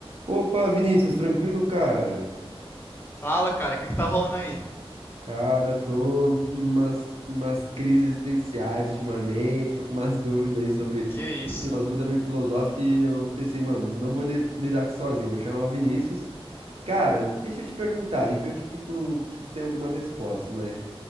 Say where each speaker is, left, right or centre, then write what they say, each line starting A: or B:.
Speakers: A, on the right; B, on the left.
A: Opa, Vinícius, tranquilo, cara?
B: Fala, cara, o que que tá rolando aí?
A: Cara, tô umas, umas crises existenciais ultimamente, tô com umas dúvidas aí sobre,
B: Que isso?
A: enfim, umas dúvidas meio filosóficas e eu pensei, mano, não vou li- lidar com isso sozinho, vou chamar o Vinícius. Cara, deixa eu te perguntar e ver o que que tu, se tu tem alguma resposta, mas